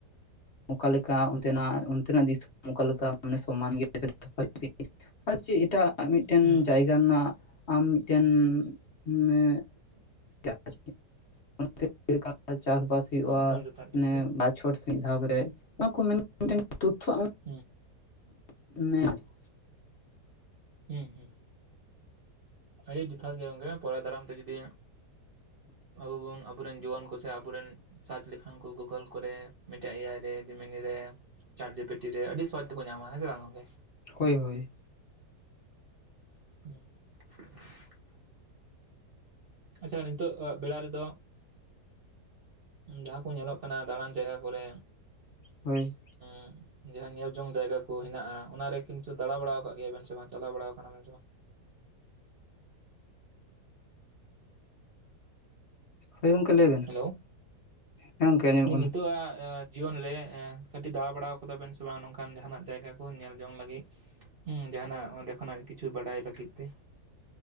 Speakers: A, on the left (about 45°); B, on the right (about 50°).
A: ᱚᱠᱟᱮᱠᱟ ᱚᱱᱛᱮᱱᱟᱜ ᱚᱱᱛᱮᱱᱟᱜ ᱫᱤᱥᱚᱢ ᱚᱠᱟ ᱞᱮᱠᱟᱮ ᱢᱟᱱᱮ ᱥᱚᱢᱟᱱ ᱜᱮ <inaudible> ᱟᱨ ᱪᱮᱫ ᱮᱴᱟᱜ ᱢᱤᱫᱴᱮᱱ
B: ᱦᱩᱸ
A: ᱡᱟᱭᱜᱟ
B: ᱦᱩᱸ
A: ᱨᱮᱱᱟᱜ ᱟᱢ ᱢᱤᱫᱴᱮᱱ ᱢᱟᱱᱮ <unintelligible> ᱪᱮᱫᱠᱟ ᱪᱟᱥ ᱵᱟᱥ ᱦᱩᱭᱩᱜᱭᱼᱟ
B: ᱮᱠᱫᱚᱢ ᱡᱚᱛᱷᱟᱛ ᱜᱮ
A: ᱚᱱᱮ
B: ᱜᱚᱝᱠᱮ
A: ᱵᱟᱪᱷᱚᱨ ᱥᱟᱹᱦᱤᱡ᱾ ᱫᱷᱟᱣ ᱠᱚᱨᱮ ᱱᱚᱭᱟ ᱠᱚ ᱢᱮᱱ <unintelligible> ᱛᱚᱛᱷᱚ ᱟᱢ
B: ᱦᱮᱸ᱾
A: <unintelligible>
B: ᱦᱮᱸ ᱦᱮᱸ᱾ ᱟᱹᱰᱤ ᱡᱚᱛᱷᱟᱛ ᱜᱮ ᱜᱚᱢᱠᱮ ᱯᱚᱨᱟᱭ ᱫᱟᱨᱟᱢ ᱛᱮ ᱡᱚᱫᱤ ᱟᱵᱚ ᱵᱚᱱ ᱟᱵᱚᱨᱮᱱ ᱡᱩᱣᱟᱹᱱ ᱠᱚ ᱥᱮ ᱥᱮ ᱟᱵᱚᱨᱮᱱ ᱥᱟᱨᱪ ᱞᱮᱠᱷᱟᱱ ᱠᱚ ᱜᱚᱜᱳᱞ ᱠᱚᱨᱮ ᱢᱮᱴᱟ ᱮ ᱟᱭ ᱨᱮ, ᱡᱤᱢᱤᱱᱤ ᱨᱮ, ᱪᱟᱴᱡᱮᱯᱤᱴ ᱴᱤ ᱨᱮ ᱨᱮ ᱟᱹᱰᱤ ᱥᱚᱦᱚᱡᱽ ᱛᱮᱠᱚ ᱧᱟᱢᱟ ᱦᱮᱸ ᱥᱮ ᱵᱟᱝ ᱜᱚᱢᱠᱮ᱾
A: ᱦᱳᱭ ᱦᱳᱭ᱾
B: <inaudible> ᱟᱪᱪᱷᱟ ᱱᱤᱛᱚᱜᱼᱟ ᱵᱮᱲᱟ ᱨᱮᱫᱚ ᱡᱟᱦᱟ ᱠᱚ ᱧᱮᱞᱚᱜ ᱠᱟᱱᱟ ᱫᱟᱬᱟᱱ ᱡᱟᱭᱜᱟ ᱠᱚᱨᱮ
A: ᱦᱳᱭ᱾
B: <inaudible> ᱡᱟᱦᱟᱸ ᱧᱮᱞ ᱡᱚᱝ ᱡᱟᱭᱜᱟ ᱠᱚ ᱦᱮᱱᱟᱜᱼᱟ᱾ ᱚᱱᱟᱨᱮ ᱠᱤᱱᱛᱩ ᱫᱟᱬᱟ ᱵᱟᱲᱟᱣ ᱟᱠᱟᱜ ᱜᱮᱭᱟᱵᱮᱱ ᱥᱮ ᱵᱟᱝ, ᱪᱟᱞᱟᱣ ᱵᱟᱲᱟ ᱟᱠᱟᱱᱟᱵ ᱥᱮ ᱵᱟᱝ?
A: ᱦᱳᱭ ᱜᱚᱢᱠᱮ ᱞᱟᱹᱭ ᱵᱮᱱ᱾
B: ᱦᱮᱞᱳ᱾
A: ᱦᱮᱸ ᱜᱚᱝᱠᱮ ᱟᱸᱡᱚᱢᱚᱜ ᱠᱟᱱᱟ
B: ᱱᱤᱛᱚ-ᱟᱜ ᱟ ᱡᱤᱭᱚᱱ ᱨᱮ ᱮᱸ ᱠᱟᱹᱴᱤᱡ ᱫᱟᱬᱟ ᱵᱟᱲᱟᱟᱣ ᱠᱟᱫᱟ ᱵᱮᱱ ᱥᱮ ᱵᱟᱝ ᱱᱚᱝᱠᱟᱱ ᱡᱟᱦᱱᱟᱜ ᱡᱟᱭᱜᱟ ᱠᱚ ᱧᱮᱞ ᱡᱚᱝ ᱞᱟᱹᱜᱤᱫ᱾ ᱦᱮᱸ ᱡᱟᱦᱟᱱᱟᱜ ᱚᱸᱰᱮ ᱠᱷᱚᱱᱟᱜ ᱠᱤᱪᱷᱩ ᱵᱟᱰᱟᱭ ᱞᱟᱹᱜᱤᱫ ᱛᱮ᱾